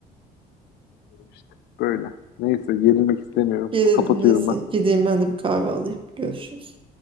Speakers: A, on the left (about 75°); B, on the right (about 30°).
A: İşte böyle. Neyse gerilmek istemiyorum.
B: Gerildim
A: Kapatıyorum
B: neyse.
A: ben.
B: Gideyim ben de bir kahve alayım. Görüşürüz.